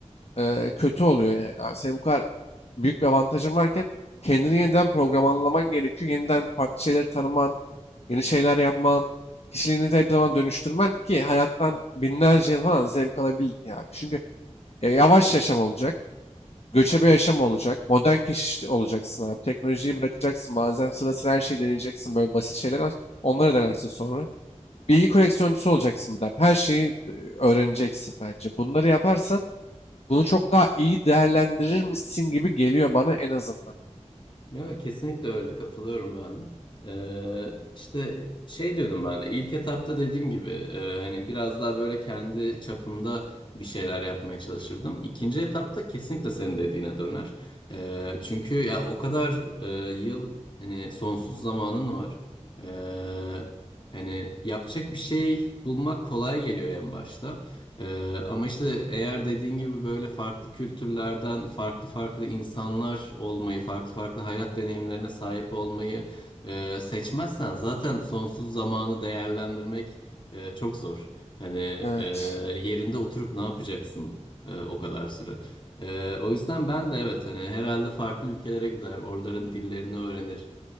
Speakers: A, on the left; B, on the left.
A: e, kötü oluyor yani. Abi senin bu kadar büyük bir avantajın varken kendini yeniden programlaman gerekiyor. Yeniden farklı şeyleri tanıman, yeni şeyler yapman, kişiliğini de hep zaman dönüştürmen ki hayattan binlerce yıl falan zevk alabildin abi. Çünkü e, yavaş yaşam olacak, göçebe yaşam olacak, modern kişi olacaksın abi. Teknolojiyi bırakacaksın bazen sıra sıra her şeyi deneyeceksin böyle basit şeyler var. Onlara denersin sonra. Bilgi koleksiyoncusu olacaksın bir daha. Her şeyi e, öğreneceksin bence. Bunları yaparsan bunu çok daha iyi değerlendirir misin gibi geliyor bana en azından.
B: Ya kesinlikle öyle katılıyorum ben de. Ee, işte şey diyordum ben de ilk etapta dediğim gibi e, hani biraz daha böyle kendi çapımda bir şeyler yapmaya çalışırdım. İkinci etapta kesinlikle senin dediğine döner. Ee, çünkü ya o kadar e, yıl hani sonsuz zamanın var. Ee, hani yapacak bir şey bulmak kolay geliyor en başta. Ee, ama işte eğer dediğin gibi böyle farklı kültürlerden farklı farklı insanlar olmayı, farklı farklı hayat deneyimlerine sahip olmayı e, seçmezsen zaten sonsuz zamanı değerlendirmek e, çok zor. Hani
A: Evet.
B: e, yerinde oturup ne yapacaksın e, o kadar süre. E, o yüzden ben de evet hani herhalde farklı ülkelere gider, oraların dillerini öğrenir.